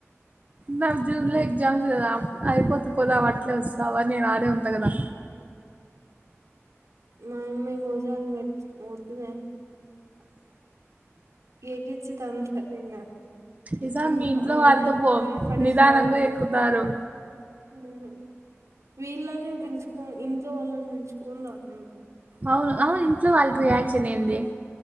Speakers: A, on the right; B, on the right.
A: నాకు జూన్ లో ఎగ్జామ్స్ కదా అయిపోతె పోదామ్ అట్లే వస్తావ నేను ఆడే ఉంటా కదా
B: మాయమ్మ ఇంకోసారి మెట్ వద్దులే ఎగిచ్చితంతాది ఇంగ
A: ఈసారి
B: హ్మ్.
A: మీ ఇంట్లో
B: ఆడే
A: వాళ్ళతొ పో
B: ఆడే పడిస్తావు
A: నిదానంగా
B: మోస్
A: ఎక్కుతారు
B: ఉమ్, వీళ్ళని పిలుచుకొని ఇంట్లో వాళ్ళని పిలుచుకొని రాండింక
A: అవును అవును ఇంట్లో వాళ్ళకి రియాక్షన్ ఏంది